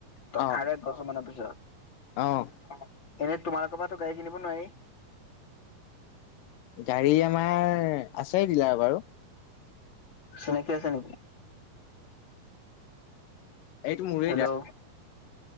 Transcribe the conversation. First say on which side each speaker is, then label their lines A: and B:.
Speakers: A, on the left; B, on the left.
A: ত
B: অ',
A: আৰু এক বছৰ মানৰ পিছত।
B: অ',
A: এনেই তোমালোকৰ পৰাতো গাড়ী কিনিব নোৱাৰি।
B: গাড়ী আমাৰ আছে দিলাৰ বাৰু।
A: চিনাকি আছে নেকি?
B: এইটো মোৰে।
A: হেল্ল'
B: <unintelligible>